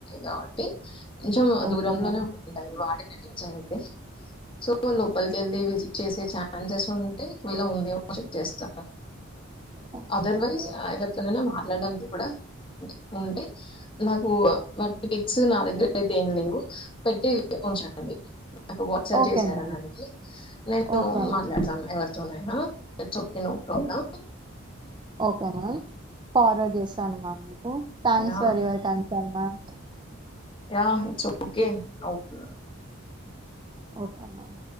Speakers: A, on the left; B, on the right.
A: కాబట్టి కొంచెం
B: ఓకే
A: దూరంలోనే
B: మ్యామ్
A: ఉంటాయి వాడి నించ అయితే సో లోపలి వెళ్ళి విజిట్ చేసే ఛాన్సెస్ ఉంటే ఇలా ఉంది చేస్త
B: ఓకే మ్యామ్
A: అదర్వైస్ వర్ తొనైనా మాట్లాడడానికి కూడా ఉంటే నాకు వాటి టిక్స్ నా దగ్గర అయితే ఏం లేవు పెట్టి ఉంచనండి నా వాట్సాప్
B: ఓకే
A: చేసారనికి
B: మ్యామ్
A: నేను
B: ఓకే మ్యామ్
A: మాట్లాడతాను ఎవరి తొనైన చొకే నో ప్రోబ్లమ్
B: ఓకేనా ఫార్వర్డ్ చేస్తాను మ్యామ్ మీకు thanks
A: yeah
B: for your console ma'am
A: yeah చెప్పు ఓకే ఒకే నా
B: ఒకే మ్యామ్